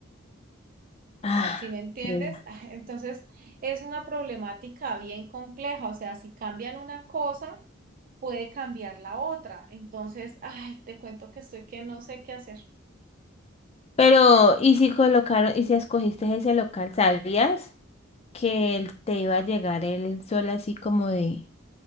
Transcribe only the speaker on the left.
Ah,
claro.
Pero, ¿y si colocaron, y si escogiste ese local, sabías que el- te iba a llegar el sol así como de